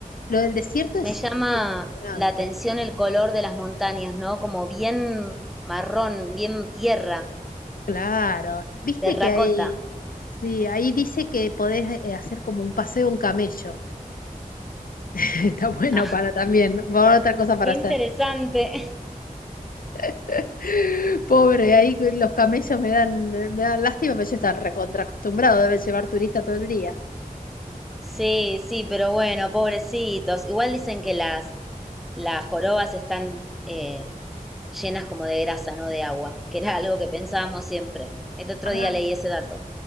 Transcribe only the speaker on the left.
Lo del desierto
es
impresionante.
Claro, viste
que Ujú. hay, sí, ahí dice que podés eh, hacer como un paseo, en camello. <laughs> Está bueno
para también, por otra cosa para
hacer.
<laughs> Pobre, ahí que los camellos me dan, me dan lástima, pero yo están recontra acostumbrado, deben llevar turista todo el día.
Ah,